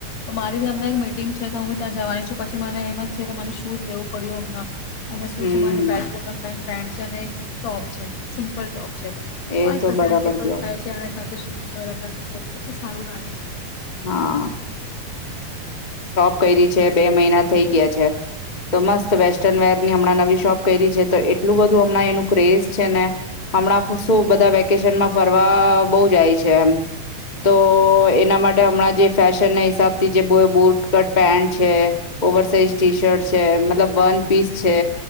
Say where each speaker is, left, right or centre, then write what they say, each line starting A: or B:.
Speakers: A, on the left; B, on the left.
A: તો મારી બી અમને એક મીટિંગ છે તો હું બી ત્યાં જવાની છું પછી મને એમ જ છે કે મારે શૂઝ લેવું પડ્યું અમને અને
B: હમ
A: શું છે મને બેક બોટન પે પન્શ અને એક ટોપ છે સિમ્પલ ટોપ છે જ
B: એ તો બરાબર
A: ટેબલ
B: કયો
A: થાય છે અને સાથે સો પસો તો પછી સારું લાગે છે
B: હા કરી છે બે મહિના થ ગયા છે તો મસ્ત વેસ્ટર્ન વરની હમણાં નવી શોપ કરી છે તો એટલું બધું હમણાં એનું ક્રેઝ છે ને હમણાં શ બધા વેકેશનમાં ફરવા બહ જાય છે એમ તો એના માટે હમણાં જે ફેશન ના હિસાબ થી જે બ બોટ કટ પેન્ટ છે ઓવર સાઇઝ ટી શર્ટ છે મતલબ વન પીસ છે